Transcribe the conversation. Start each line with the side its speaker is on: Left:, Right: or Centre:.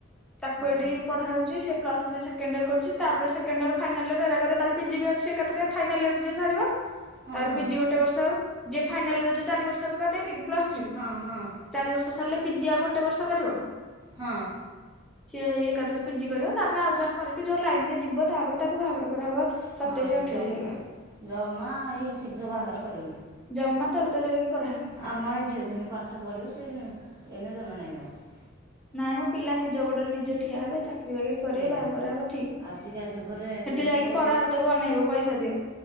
Centre: ତାକୁ
Right: ଓହୋ।
Centre: ଏଠି ପଢା ହଉଛି ସେ ପ୍ଲସ୍ ଥ୍ରି ସେକେଣ୍ଡ ଇୟର କରୁଚି, ତାପରେ ସେକେଣ୍ଡ ଇୟର, ଫାଇନାଲ ଇୟର ଏରା କରିବ, ତାର ପିଜି ବି ଅଛି ଏକାଥରେ ଫାଇନାଲ ଇୟରରେ ଯିଏ ସାରିବ।
Right: ହଁ
Centre: ତାପରେ
Right: ହଁ
Centre: ପିଜି ଗୋଟେ ବର୍ଷ ଆଉ, ଯିଏ ଫାଇନାଲ ଇୟର ଯୋଉ ଚାରି ବର୍ଷ କରିଦେଇନି କି ପ୍ଲସ୍ ଥ୍ରୀ।
Right: ହଁ ହଁ ହଁ
Centre: ଚାରି ବର୍ଷ ସରିଲେ ପିଜି ଆଉ ଗୋଟେ ବର୍ଷ କରିବ।
Right: ହଁ।
Centre: ସିଏ ହେଇ ଏକାଥରେ ପିଜି କରିବ ତାପରେ ଆଉ ଯାହା କରେକିି ଯୋଉ ଲାଇନ୍ ରେ ଯିବ ତାପରେ ତାକୁ ବାହାଘର କରାହବ। ସତେଇଶି
Right: ହଁ
Centre: ଅଠେଇଶି
Right: ଜ
Centre: ହେଲା ବେଳକୁ
Right: ଜମା ଏଇ ଶୀଘ୍ର ବାହାଘର କରିବନି।
Centre: ଜମା ତର ତର ହେଇକି କରାହବନି।
Right: ଆମ ଏ ଝିଅ କେମିତି ପାଠ ପଢ଼ିବ ସେ ଏନେ ଯମା ନାହିଁ ତାଙ୍କର।
Centre: ନାଇଁ ମୋ ପିଲା ନିଜ ଗୋଡରେ ନିଜେ ଠିଆ ହେବେ। ଚା ଚାକିରି ବାକିରି କରିବେ
Right: ସେଇଆ।
Centre: ବାହା କରାହବ ଠିକ୍।
Right: ଆଜିକା ଯୁଗରେ
Centre: ହେଠି
Right: ଦେଖୁଛ
Centre: ଯାଇକି ପର ହାତକୁ ଅନେଇବୁ ପଇସା ଦିଅ।